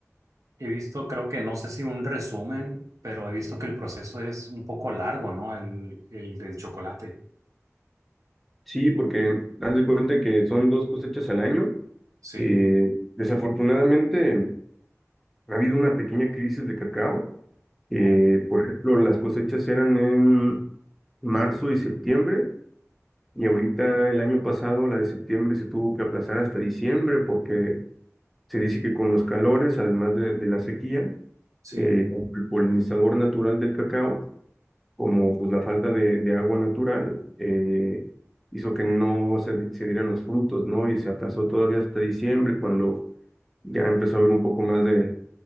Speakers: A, on the right; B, in the centre.
A: He visto, creo que no sé si un resumen, pero he visto que el proceso es un poco largo, ¿no? El, el del chocolate.
B: Sí, porque haz de cuenta que son dos cosechas al año.
A: Sí,
B: Eh, desafortunadamente, ha habido una pequeña crisis de cacao. Eh,
A: obvio.
B: por ejemplo, las cosechas eran en marzo y septiembre Y ahorita el año pasado, la de septiembre, se tuvo que aplazar hasta diciembre porque se dice que con los calores, además de, de la sequía,
A: Sí.
B: eh, tanto el polinizador natural del cacao como pues, la falta de, de agua natural eh, hizo que no se, di- se dieran los frutos, ¿no? Y se aplazó todavía hasta diciembre cuando ya empezó a haber un poco más de,